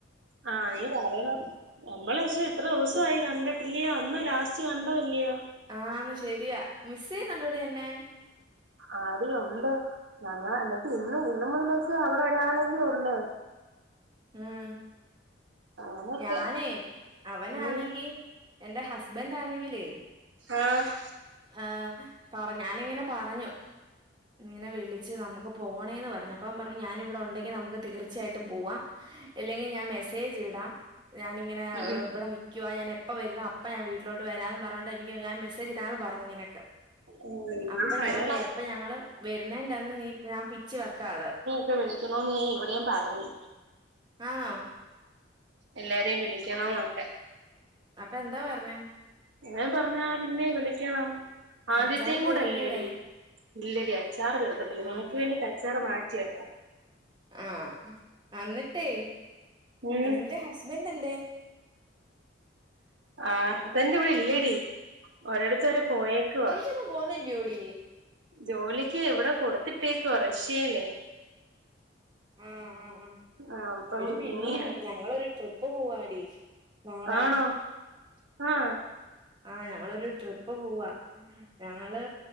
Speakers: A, on the right; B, on the right.
A: ആഹ നീ വരണം. നമ്മള് പക്ഷെ എത്ര ദിവസമായി കണ്ടിട്ടില്ലയോ അന്ന് ലാസ്റ്റ് കണ്ടോില്ലയോ?
B: ആന്ന് ശരിയാ. മിസ്സേയ്യുന്ന്ണ്ടോടി എന്നെ?
A: ആടീ ഒണ്ട്. ഞങ്ങ ന്നട്ട് ഇന്ന് ഇന്ന് <unintelligible> അവടെ ഒരാളെന്നെ ഒള്ള്.
B: ഉം.
A: അങ്ങനെയൊക്കെ
B: ഞാനേ അവനാണെങ്കി
A: ഉം.
B: എന്റെ ഹസ്ബന്റ് ആന്നെങ്കിലെ
A: ആഹ്
B: ആഹ്, പറ ഞാനിങ്ങനെ പറഞ്ഞു. ഇന്നിങ്ങനെ വിളിച്ച് നമുക്ക്‌ പോണേന്ന് പറഞ്ഞ്. അപ്പ പറഞ്ഞ് ഞാന ഇവിടെ ഉണ്ടെങ്കിൽ നമുക്ക് തീർ ച്ചായിട്ട് പോവാ ഇല്ലെങ്കിൽ ഞാൻ മെസ്സേജ്ടാ ഞാനിങ്ങനെ
A: ഉം ഉം.
B: ഇവടെ നിക് ക്യുവാ ഞാൻ എപ്പ വര്ന്നോ അപ്പ ഞാ വീട്ടിലോട്ട് വരാന്ന് പറഞ്ഞൊണ്ട് എനിക്ക് മെസേജ് ഇടാന്ന് പറഞ്ഞു നിനക്ക്
A: ആ നിങ്ങള്
B: അപ്പം
A: വരണം
B: ഞാൻ വേ അപ്പൊ ഞങ്ങള് വെര്ന്നേൻ്റന്ന് നീ ഞാൻ പിച്ചു വെക്കാത്.
A: ഇപ്പ വിളിക്കണോന്ന് ഞാ ഇവിടെയും പറഞ്ഞ്.
B: ആണോ?
A: എല്ലാരേം വിളിക്കണംന്നൊക്കെ
B: അപ്പൊ എന്താ പറഞ്ഞെ?
A: ഞാപറഞ്ഞാ പിന്നെ വിളിക്കണം. ആദ്യത്തെയും
B: അച്ചാറ്
A: കൂടെ
B: തീർക്കല്ലേ
A: അല്ലേടി. ഇല്ലടി അച്ചാറ് തീർക്കത്തില്ല.
B: ആഹ്
A: നിനക്ക് വേണ്ടിട്ട് അച്ചാറ് മാറ്റി വെക്കാം.
B: ആഹ്. അന്നിട്ടേ
A: ഉം
B: നിന്റെ ഹസ്ബൻ്റെ ന്തെ?
A: ആ സ്ബന്റ് ഇവിടെ ഇല്ലടി ഒരിടത്ത് വരെ പോയേക്കുവ
B: ന്ന് പോന്നി ല്യോടീ?
A: ജോലിക്ക് വടെ കൊട്ത്തിട്ടേക്കുവാ റഷ്യയിലേ
B: ആഹ് ആഹ് ആഹ്.
A: ആ അപ്പം
B: എടി പിന്നെ
A: ഇനി അത്
B: ഞങ്ങളൊര് ട്രിപ്പ് പോവാടി. നാളെ
A: ആണോ ആഹ്
B: ആഹ്. ഞങ്ങളൊരു ട്രിപ്പ് പോവാ. ഞങ്ങള്